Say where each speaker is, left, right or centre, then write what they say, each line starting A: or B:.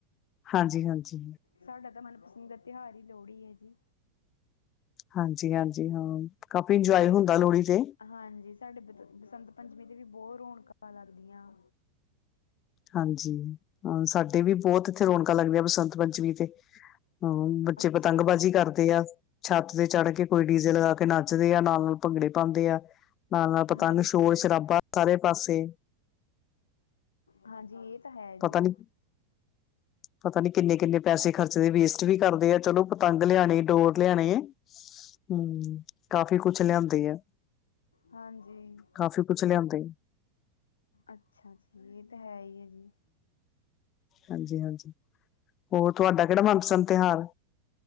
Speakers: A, on the left; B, on the left.
A: ਹਾਂਜੀ ਹਾਂਜੀ।
B: ਸਾਡਾ ਤਾਂ ਦਾ ਤਿਉਹਾਰ ਹੀ ਲੋਹੜੀ ਹੈ ਜੀ।
A: ਹਾਂਜੀ ਹਾਂਜੀ ਹਾਂ ਕਾਫੀ ਇੰਜੋਏ
B: ਬਸੰਤ
A: ਹੁੰਦਾ ਲੋਹੜੀ ਤੇ।
B: ਹਾਂਜੀ ਸਾਡੇ ਬਸੰਤ ਪੰਚਮੀ ਦੇ ਵੀ ਬਹੁਤ ਰੌਣਕਾਂ ਲੱਗਦੀਆਂ।
A: ਹਾਂਜੀ ਹਾਂ ਸਾਡੇ ਵੀ ਬਹੁਤ ਇੱਥੇ ਰੌਣਕਾਂ ਲੱਗਦੀਆਂ ਬਸੰਤ ਪੰਚਮੀ ਤੇ। ਹਮ ਬੱਚੇ
B: ਅੱਛਾ
A: ਪਤੰਗਬਾਜ਼ੀ
B: ਜੀ
A: ਕਰਦੇ ਆ। ਛੱਤ ਤੇ ਚੜ ਕੇ ਕੋਈ ਡੀਜ਼ੇ ਲਗਾ ਕੇ ਨੱਚਦੇ ਆ ਨਾਲ ਨਾਲ ਭੰਗੜੇ ਪਾਉਂਦੇ ਆ। ਨਾਲ ਨਾਲ ਪਤੰਗ
B: ਹਾਂਜੀ
A: ਸ਼ੋਰ ਸ਼ਰਾਬਾ ਸਾਰੇ ਪਾਸੇ
B: ਹਾਂਜੀ ਇਹ ਤਾਂ ਹੈ ਜੀ।
A: ਪਤਾ ਨੀ ਪਤਾ ਨੀ ਕਿੰਨੇ ਕਿੰਨੇ ਪੈਸੇ ਖਰਚਦੇ ਵੇਸਟ ਵੀ ਕਰਦੇ ਆ ਚਲੋ ਪਤੰਗ ਲਿਆਣੇ ਡੋਰ ਲਿਆਣੇ ਹੈ। ਹਮ ਕਾਫੀ ਕੁਛ ਲਿਆਂਦੀ ਹੈ।
B: ਹਾਂਜੀ।
A: ਕਾਫ਼ੀ ਕੁਛਲਿਆਂਦੇ।
B: ਅੱਛਾ ਜੀ ਇਹ ਤਾਂ ਹੈ ਹੀ ਹੈ ਜੀ।
A: ਹਾਂਜੀ ਹਾਂਜੀ। ਹੋਰ ਤੁਹਾਡਾ ਕਿਹੜਾ ਮਨਪਸੰਦ ਤਿਉਹਾਰ